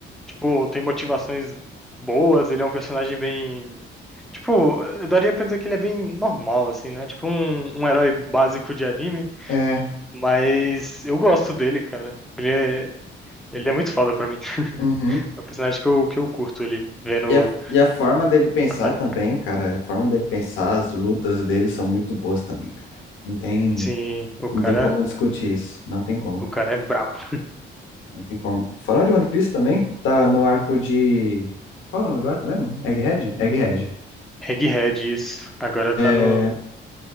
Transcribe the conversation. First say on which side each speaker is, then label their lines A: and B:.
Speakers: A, in the centre; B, on the left.
A: Tipo, tem motivações boas, ele é um personagem bem. Tipo, eu daria pra dizer que ele é bem normal, assim, né? Tipo, um, um herói básico de anime.
B: É,
A: Mas eu gosto dele, cara. Ele é, ele é muito foda pra mim.
B: uhum.
A: É o personagem que eu, que eu curto ele vendo
B: E a, e a forma dele pensar
A: batalhar.
B: também, cara. A forma dele pensar, as lutas dele são muito boas também, cara. Não tem,
A: Sim, o
B: não
A: cara,
B: tem como discutir isso. Não tem como.
A: o cara é brabo.
B: Não tem como. Falando de One Piece também, tá no arco de. Qual é o nome do arco mesmo? Egghead? Egghead.
A: Egghead, isso. Agora tá no
B: É,